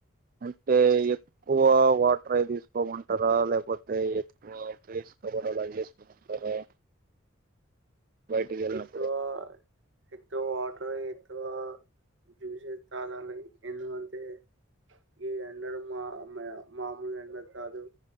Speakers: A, on the right; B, on the right.
A: అంటే ఎక్కువ వాటర్ అవి తీసుకోమంటారా లేకపోతే ఎక్కువ ఫేస్ కవర్ అలా చేసుకోమంటారా బయటికి వెళ్ళినప్పుడు
B: ఎక్కువా ఎక్కువ వాటర్ ఎక్కువ జ్యూసెస్ తాగాలి ఎందుకంటే ఈ ఎండలు బాగా ఉన్నాయి మా నువ్ ఎండ కాదు